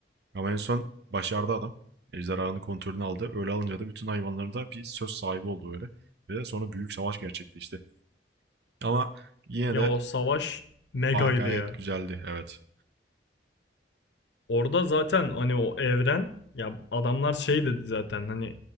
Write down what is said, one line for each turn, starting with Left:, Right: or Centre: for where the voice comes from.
Right: Ama en son başardı adam. Ejderhanın kontrolünü aldı. Öyle alınca da bütün hayvanların da bir söz sahibi oldu öyle. Ve sonra büyük savaş gerçekleşti. Ama yine
Left: Ya
Right: de
Left: o savaş megaydı
Right: gayet
Left: ya.
Right: güzeldi evet.
Left: Orada zaten hani o evren ya adamlar şey dedi zaten hani